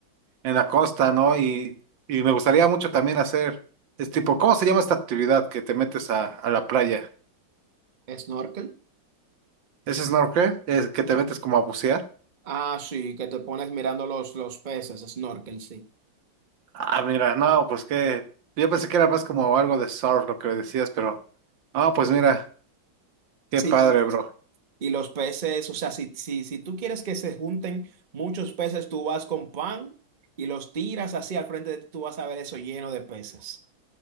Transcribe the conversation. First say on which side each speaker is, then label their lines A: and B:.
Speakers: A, on the right; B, on the right.
A: en la costa, ¿no? Y, y me gustaría mucho también hacer, es tipo, ¿cómo se llama esta actividad que te metes a, a la playa?
B: ¿Snorkel?
A: ¿Es snorkel? ¿Es que te metes como a bucear?
B: Ah, sí, que te pones mirando los, los peces, snorkel, sí.
A: Ah, mira, no, pues que yo pensé que era más como algo de surf lo que me decías, pero no, pues mira, qué
B: Sí,
A: padre, bro.
B: Y los peces, o sea, si, si, si tú quieres que se junten muchos peces, tú vas con pan y los tiras así al frente de ti, tú vas a ver eso lleno de peces.